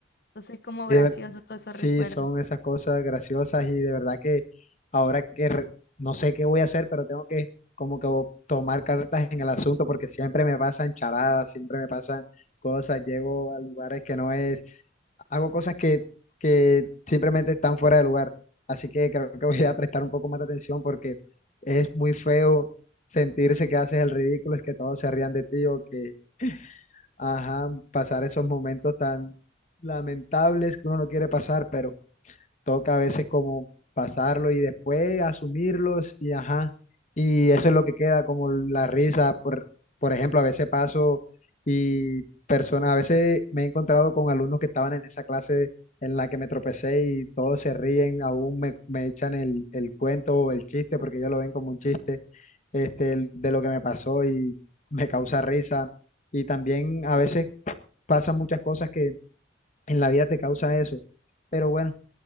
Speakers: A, on the left; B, on the left.
A: Entonces como
B: de
A: gracioso
B: ver,
A: todos esos
B: sí,
A: recuerdos.
B: son esas cosas graciosas y de verdad que ahora que re- no sé qué voy a hacer, pero tengo que como que bo- tomar cartas en el asunto porque siempre me pasan charadas, siempre me pasan cosas, llego a lugares que no es, hago cosas que, que simplemente están fuera de lugar. Así que creo que voy a prestar un poco más de atención porque es muy feo sentirse que haces el ridículo, es que todos se rían de ti o que ajá, pasar esos momentos tan lamentables que uno no quiere pasar, pero toca a veces como pasarlo y después asumirlos y ajá, y eso es lo que queda, como la risa, por, por ejemplo, a veces paso y personas, a veces me he encontrado con alumnos que estaban en esa clase en la que me tropecé y todos se ríen, aún me, me echan el, el cuento o el chiste, porque ellos lo ven como un chiste, este, de lo que me pasó y me causa risa. Y también a veces pasan muchas cosas que en la vida te causa eso. Pero bueno,